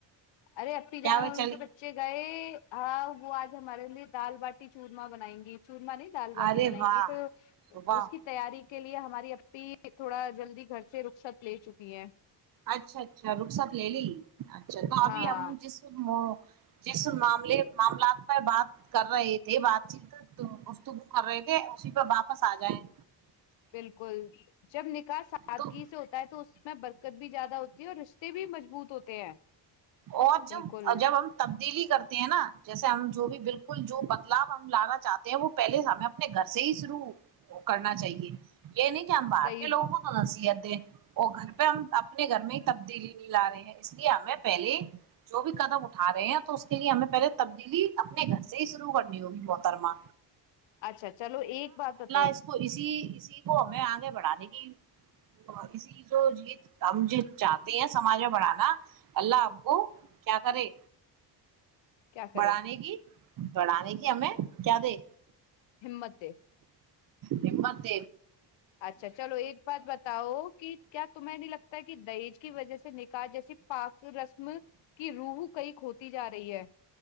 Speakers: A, on the left (about 80°); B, on the right (about 50°).
A: ارے اپی جان
B: کیا وہ
A: اور
B: چلی
A: ان کے بچے گئے ہاں وہ آج ہمارے لیے دال باٹی چورمہ بنائیں گی چورم نہیں دال باٹی
B: ارے
A: بنائیں
B: واہ
A: گی تو
B: واہ
A: اس کی تیاری کے لیے ہماری اپی تھوڑا جلدی گھر پ رخصت لے چکی ہے
B: اچھا اچھا رخصات لے لی اچھا تو ابھی
A: ہاں
B: ہم جس جس معاملے معاملات پہ بات کر رہے تھے بات چیت گفگو کر رہے تھے اسی پہ واپس آ جائےیں
A: بالکل جب نکاح سادگی
B: تو
A: سے ہوتا ہے تو اس میں برکت بھی زیادہ ہوتی ہے اور رشتے بھی مضبوط ہوتے ہیں
B: اور جب
A: بالکل
B: جب ہم تبدیلی کرتے ہیں نا جیسے ہم جو بھی بالکل جو بدلاؤ ہم لانا چاہتے ہیں وہ پہلے ہمیں اپنے گھر سے ہی شروع کرنا چاہیے یہ نہیں کہ ہم باہر
A: صحیح
B: کے لوگوں کو تو نصیحت دے وہ گھر پہ ہم اپنے گھر میں ہی تبدیلی نہیں لا رہے ہیں اس لیے ہمیں پہلے جو بھی قدم اٹھا رہے ہیں تو اس کے لیے ہمیں پہلے تبدیلی اپنے گھر سے ہی شروع کرنی ہوگی موحترما
A: اچھا چلو ایک بات بتاؤ
B: اس کو اسی اسی کو ہمیں آگے بڑھانے کی اسی جو ہم جو چاہتے ہیں سماج میں بڑھانا اللہ آپ کو کیا کرے
A: کیا کرے
B: بڑھانے کی پڑھانے کی ہمیں کیا دے
A: ہممتے
B: ہممت
A: اچھا چلو ایک بات بتاؤ کہ کیا تو میں نہیں لگتا ہے کہ دہیج کی وجہ سے نکاح جیسی پاک رسم کی روحو کئی کھوتی جا رہی ہے